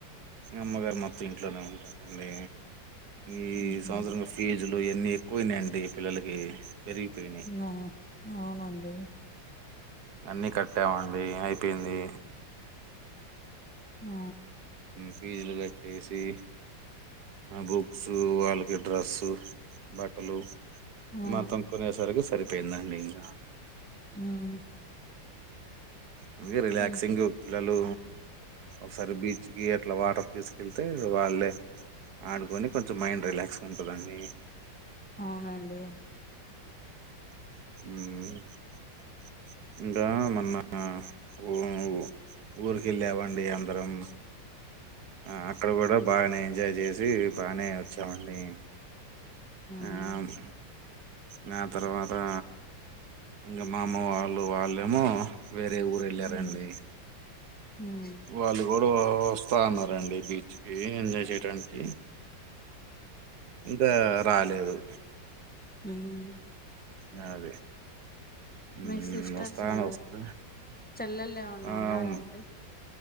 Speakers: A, on the right; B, in the centre.
A: అమ్మగార్ మొత్తం ఇంట్లోనే ఉంటారండి. ఈ
B: ఉహు
A: సంవత్సరం ఫీజ్ జులు ఇయన్ని ఎక్కువైనయండి పిల్లలకి పెరిగిపోయినయి
B: ఆ అవునండి
A: అన్ని కట్టామండి. అయి పోయింది.
B: ఆ
A: ఫీజులు కట్టేసి బుక్స్ వా ఇగ డ్రస్సు బట్టలు
B: ఆ ఆ
A: మొత్తం కొనేసరికి సరిపొయిందండి ఇంకా
B: మ్
A: అందుకే రిలాక్సింగ్
B: ఉమ్
A: పిల్లలు ఒకసారి బీచ్కి అట్లా వాటర్క్ తీస్కెళ్తే వాళ్ళే ఆడుకొని కొంచెం మైండ్ రిలాక్స్ గుంటదండి.
B: అవునండి
A: మ్ ఇంకా మొన్నా ఉ ఊరికెళ్ళావండి అందరం. ఆ అక్కడ గుడా బాగనే ఎంజాయ్ చేసి బానే వచ్చామండి.
B: ఉమ్
A: ఆ అవున్
B: ఉమ్
A: నా తర్వాతా ఇంకా మా అమ్మ వాళ్ళు వాళ్ళేమో వేరే ఊర్
B: ఉమ్
A: ఎళ్ళారండి.
B: ఉమ్
A: వాళ్ళు గొడవా వస్తా అన్నారండి బీచ్కి ఎంజాయ్ చేయటానికి ఇంకా రాలేదు.
B: అవునా
A: రాలే
B: మీకు
A: మ్
B: సిస్టర్స్
A: వస్తా అన్
B: ఆ
A: వస్తా
B: చెల్లెళ్ళు ఏమన్నా
A: ఆ
B: ఉన్నారండి
A: అవును